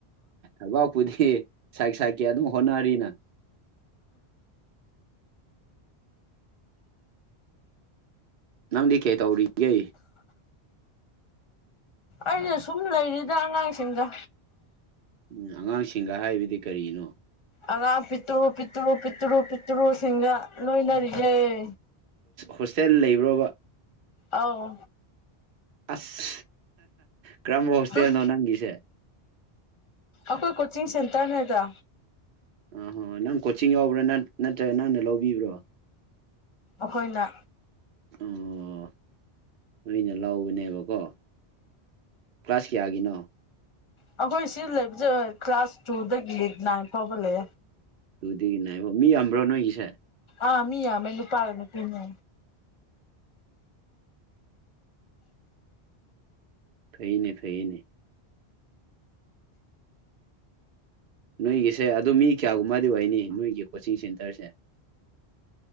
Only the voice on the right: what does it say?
ꯑꯕꯥꯛꯄꯨꯗꯤ ꯁꯥꯏ ꯁꯛꯀꯦ ꯑꯗꯨꯝ ꯍꯣꯠꯅꯔꯤꯅ ꯅꯪꯗꯤ ꯀꯩ ꯇꯧꯔꯤꯒꯦ
ꯎꯝ ꯑꯉꯥꯡꯁꯤꯡꯒ ꯍꯥꯏꯕꯗꯤ ꯀꯔꯤꯅꯣ
ꯍꯣꯁꯇꯦꯜ ꯂꯩꯕ꯭ꯔꯕ
ꯑꯁ ꯀꯔꯝꯕ ꯍꯣꯁꯇꯦꯜꯅꯣ
ꯅꯪꯒꯤꯁꯦ
ꯑꯍꯣ ꯅꯪ ꯀꯣꯆꯤꯡ ꯌꯥꯎꯕ꯭ꯔꯥ ꯅꯠꯇ꯭ꯔꯒ ꯅꯪꯅ ꯂꯧꯕꯤꯕ꯭ꯔꯣ
ꯑꯣ ꯃꯩꯅ ꯂꯧꯕꯅꯦꯕꯀꯣ ꯀ꯭ꯂꯥꯁꯀꯤꯌꯥꯒꯅꯣ
ꯑꯗꯨꯗꯒꯤꯅꯦꯕ ꯃꯤ ꯌꯥꯝꯕ꯭ꯔꯣ ꯅꯣꯏꯒꯤꯁꯦ
ꯊꯩꯅꯦ ꯊꯩꯅꯦ ꯅꯣꯏꯒꯤꯁꯦ ꯑꯗꯨ ꯃꯤ ꯀꯌꯥꯒꯨꯝꯕꯗꯤ ꯑꯣꯏꯅꯤ ꯅꯣꯏꯒꯤ ꯀꯣꯆꯤꯡ ꯁꯦꯟꯇꯔꯁꯦ